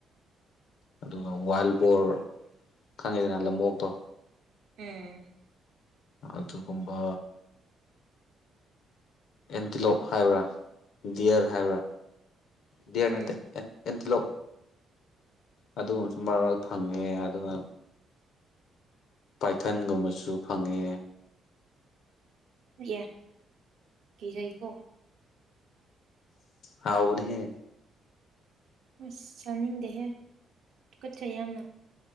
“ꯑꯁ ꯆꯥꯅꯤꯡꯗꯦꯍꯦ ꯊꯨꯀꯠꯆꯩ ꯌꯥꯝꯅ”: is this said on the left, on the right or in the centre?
Right